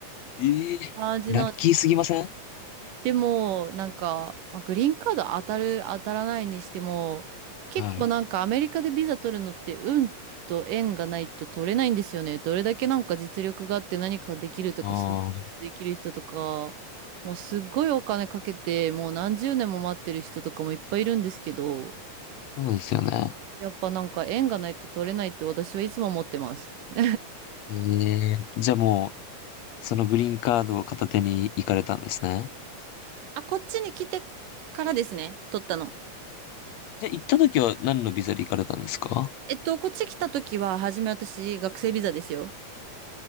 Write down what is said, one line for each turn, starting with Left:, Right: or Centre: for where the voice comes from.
Left: ええラッキーすぎません
Right: 感じなんで、でも、なんか、まあ、グリーンカード当たる、当たらないにしても、結構なんかアメリカでビザ取るのって運と縁がないと取れないんですよね。
Left: はい。
Right: どれだけなんか実力があって何かできるとか、
Left: ああ、
Right: すできる人とか、もうすっごいお金かけて、もう何十年も待ってる人とかもいっぱいいるんですけど、
Left: そうですよね。
Right: やっぱなんか縁がないと取れないって私はいつも思ってます。<laughs>
Left: ええじゃあもう、そのグリーンカードを片手に行かれたんですね。
Right: あ、こっちに来てからですね、取ったの。
Left: じゃあ行った時は何のビザで行かれたんですか
Right: えっと、こっち来た時は、初め私、学生ビザですよ。